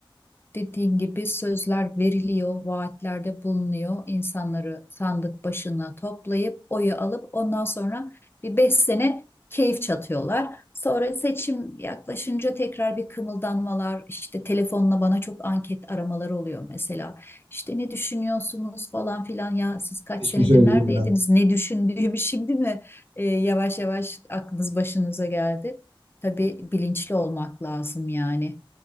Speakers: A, on the left; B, on the right.
A: e, dediğin gibi sözler veriliyor, vaatlerde bulunuyor. İnsanları sandık başına toplayıp oyu alıp ondan sonra bir beş sene keyif çatıyorlar. Sonra seçim yaklaşınca tekrar bir kımıldanmalar, işte telefonla bana çok anket aramaları oluyor mesela. İşte ne düşünüyorsunuz falan filan ya siz kaç
B: Hiçbir
A: senedir
B: şey dedim
A: neredeydiniz? Ne düşündüğümü <laughs> şimdi mi? e, yavaş yavaş aklınız başınıza geldi. Tabii bilinçli olmak lazım yani.